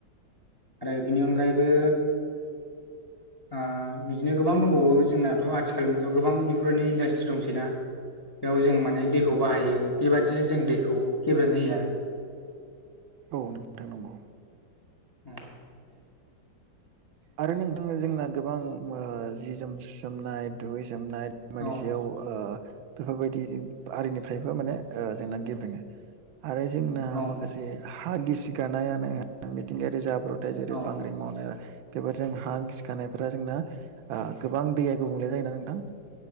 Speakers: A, on the left; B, on the right.
A: आरो बेनि अनगायैबो ओ बिदिनो गोबां दंबावो जोंनाथ' आथिखाल मुगायाव गोबां बेफोरबादि इन्डासट्रि दंसैना बेयाव जों माने दैखौ बाहायो बेबायदिनो जों दैखौ गेब्रेंहोयो आरो
B: औ नों थां नंगौ
A: औ
B: आरो नोंथां जोंना गोबां ओ जि जोम सोमनाय दुगैसोमनाय मानि
A: औ
B: सायाव आ बेफोरबायदि आरिनिफ्रायबो माने जोंना गेब्रेङो आरो जोंना
A: औ
B: माखासे जे हा गिसिगानायानो मिथिंगायारि जाब्रथाय जेरै
A: औ
B: बांग्रिं मावनाय बेफोरजों हा गिसिखानायफोरा जोंना गोबां दैया गुबुंले जायोना नोंथां